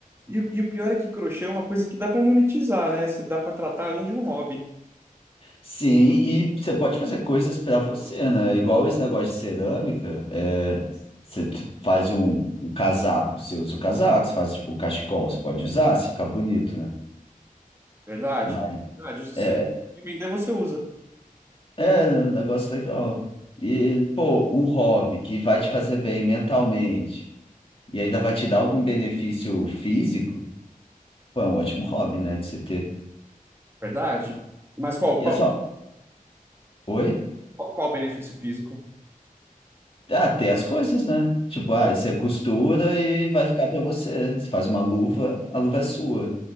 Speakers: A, on the right; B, on the left.
A: E, o- e o pior é que crochê é uma coisa que dá para monetizar, né? Você dá para tratar além de um hobby.
B: Sim, e você pode fazer coisas pra você, né? Igual esse negócio de cerâmica, é, você t- faz um, um casaco, você usa o casaco, você faz tipo um cachecol, você pode usar se ficar bonito, né?
A: Verdade.
B: Mas
A: Verdade. Se
B: é,
A: você vender, você usa.
B: É, né, um negócio legal. E, pô, um hobby que vai te fazer bem mentalmente e ainda vai te dar algum benefício físico, pô, é um ótimo hobby, né, de se ter.
A: Verdade. Mas qual,
B: E
A: qual,
B: é só, oi?
A: qual, qual o benefício físico?
B: Ah, ter as coisas, né? Tipo, ah, você costura e vai ficar pra você. Você faz uma luva, a luva é sua.